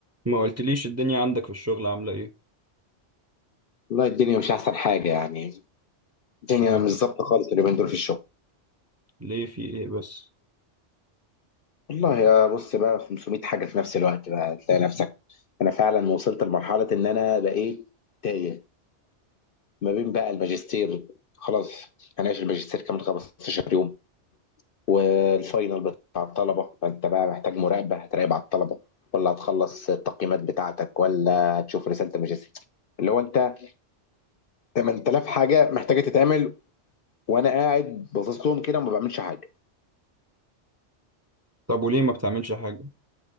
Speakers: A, on the right; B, on the left.
A: ما قلتليش الدنيا عندك في الشغل عاملة ايه
B: والله الدنيا مش احسن حاجه يعني الدنيا
A: اشمعنى
B: مش ظابطه خالص اليومين دول في الشغل
A: ليه في ايه بس
B: والله يا بص بقى 500 حاجه في نفس الوقت بقى تلاقي نفسك انا فعلا وصلت لمرحله ان انا بقيت تايه ما بين بقى الماجستير خلاص هناقش الماجستير كمان 15 يوم والفاينل بتاع الطلبه فانت بقى محتاج مراقبه هتراقب على الطلبه ولا هتخلص التقييمات بتاعتك ولا هتشوف رساله الماجستير اللي هو انت 8000 حاجه محتاجه تتعمل وانا قاعد باصص لهم كده وما بعملش حاجه
A: طب وليه ما بتعملش حاجة